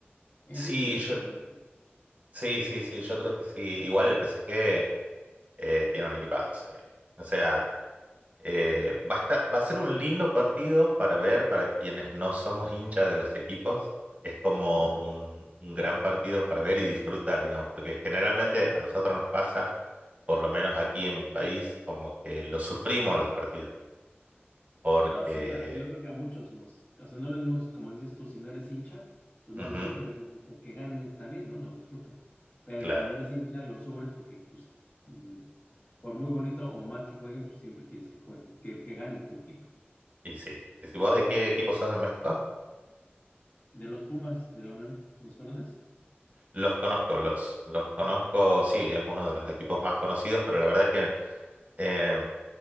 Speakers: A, on the left; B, on the right.
A: Ese
B: sí,
A: es mi
B: yo,
A: pronóstico.
B: sí, sí, sí, yo creo que sí. Igual el PSG eh, tiene un equipazo, digamos. O sea, eh, va a estar, va a ser un lindo partido para ver para quienes no somos hinchas de los equipos. Es como
A: Ajá.
B: un, un gran partido para ver y disfrutar, digamos, porque generalmente a nosotros nos pasa, por lo menos aquí en mi país, como que lo sufrimos a los partidos. Porque,
A: No, sí, a- yo creo que a muchos nos, o sea, no lo mismo, como dices tú, si no eres hincha, pues no
B: ujú,
A: lo sufres, dices, el que gane está bien, ¿no? Lo disfruto. Pero
B: claro,
A: cuando eres hincha lo sufres porque, pues, mm, por muy bonito o mal que jueguen, pues siempre quieres que jueguen, que, que gane tu equipo.
B: y sí. Sí, sí. ¿Vos de qué equipo sos de México?
A: De los Pumas de la UNAM, ¿los conoces?
B: Los conozco, los, los conozco, sí, es uno de los equipos más conocidos, pero la verdad que eh,